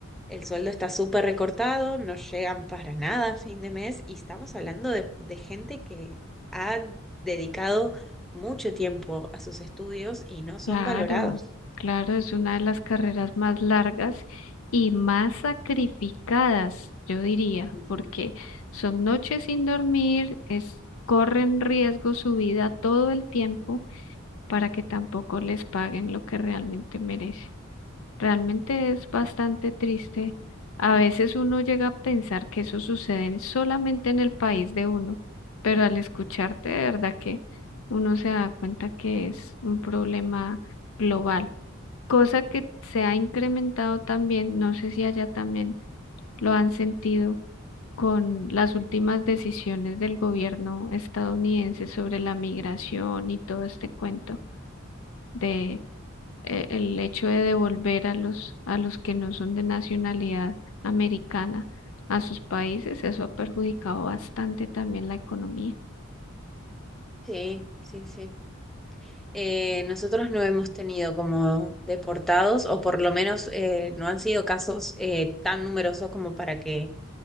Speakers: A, in the centre; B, on the left (about 75°).
A: el sueldo está súper recortado, no llegan para nada a fin de mes y estamos hablando de, de gente que ha dedicado mucho tiempo a sus estudios y no son
B: Claro,
A: valorados.
B: claro, es una de las carreras más largas y más sacrificadas, yo diría,
A: Ujú.
B: porque son noches sin dormir, es, corren riesgo su vida todo el tiempo para que tampoco les paguen lo que realmente merecen. Realmente es bastante triste. A veces uno llega a pensar que eso sucede en- solamente en el país de uno, pero al escucharte, de verdad que uno se da cuenta que es un problema global, cosa que se ha incrementado también, no sé si allá también lo han sentido con las últimas decisiones del gobierno estadounidense sobre la migración y todo este cuento de eh, el hecho de devolver a los, a los que no son de nacionalidad americana a sus países, eso ha perjudicado bastante también la economía.
A: Sí, sí, sí. Eh, nosotros no hemos tenido como deportados o por lo menos eh, no han sido casos eh, tan numerosos como para que